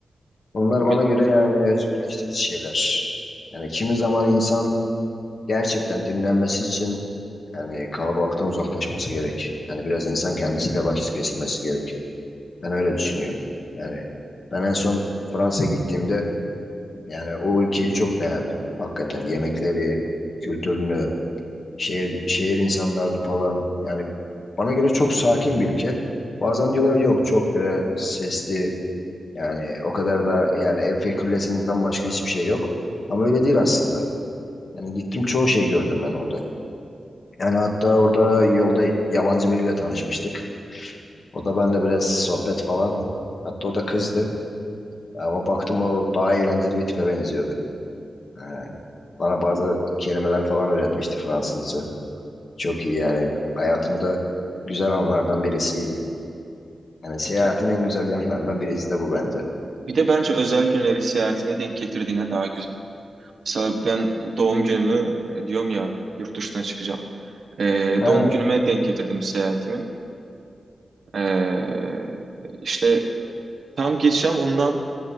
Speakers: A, on the left; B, on the right.
A: Bunlar
B: Me-
A: bana göre yani özgürleştirici şeyler. Yani kimi zaman insan gerçekten dinlenmesi için yani kalabalıktan uzaklaşması gerek. Yani biraz insan kendisiyle vakit geçirmesi gerek. Ben öyle düşünüyorum. Yani ben en son Fransa'ya gittiğimde yani o ülkeyi çok beğendim. Hakikaten yemekleri, kültürünü, şehir şehir insanlarını falan yani bana göre çok sakin bir ülke. Bazen diyorlar yok çok böyle sesli yani o kadar da yani Eiffel Kulesi'nden başka hiçbir şey yok. Ama öyle değil aslında. Yani gittim çoğu şey gördüm ben orada. Yani hatta orada yolda yabancı biriyle tanışmıştık. O da benimle biraz sohbet falan. Hatta o da kızdı. Ama baktım o daha eğlenceli bir tipe benziyordu. Ee, bana bazı kelimeler falan öğretmişti Fransızca. Çok iyi yani. Hayatımda güzel anlardan birisiydi. Yani seyahatin
B: Peki.
A: en güzel yanlarından birisi de bu bence.
B: Bir de bence özel günleri seyahatine denk getirdiğine daha güzel. Mesela ben doğum günümü e, diyorum ya yurt dışına çıkacağım. E,
A: Ha,
B: doğum günüme denk getirdim seyahatimi. E, işte tam geçeceğim ondan